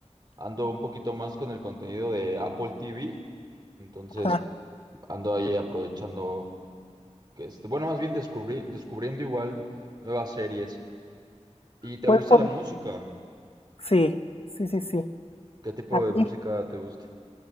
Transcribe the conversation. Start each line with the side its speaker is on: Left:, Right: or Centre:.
Right: Ando un poquito más con el contenido de Apple TV, entonces
Left: Ajá.
Right: ando ahí aprovechando que este, bueno, más bien descubrí, descubriendo igual nuevas series. ¿Y te
Left: ¿Cuál
Right: gusta
Left: fue?
Right: la música?
Left: Sí, sí, sí, sí.
Right: ¿Qué tipo
Left: A ti
Right: de música te gusta?